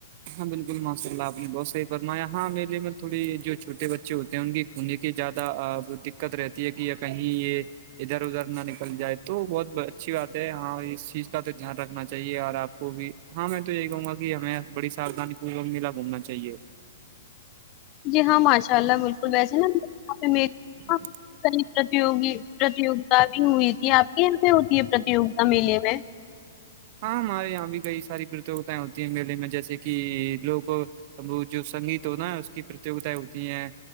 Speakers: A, on the right; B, on the left.
A: ہاں بالکل ماشاء اللہپ نے بہتحی فرمایا ہاں میرے تھوڑی جو چھوٹے بچے ہوتے ہیں ان کی انہیں کی زیادہ دقت رہتی ہے کہ یا کہیں یہ ادھر ادھر نہ نکل جائے تو بہت اچھی بات ہے ہاں اس چیز کا تو دھیان رکھنا چاہیے اور آپ وہ بھی ہاں میں تو یہی کہوں گا کہ ہمیں بڑی ساردانی پورک میلا گھومنا چاہیے
B: جی ہاں ماشاء اللہ بالکل ویسے نا
A: ہاں
B: نا کئی پرتوگی پرتیوگتا بھی ہوئی تھی آپ کے یہاں پ ہوتی ہے پرتیوگتا میلے میں
A: ہاں ہمارے یہاں بھی کئی ساری پرتوتایں ہوتی ہیں میلے میں جیسے کہ لوگ وہ جو سنگیت ہو نا اس کی پرتیوتائیں ہوتی ہیں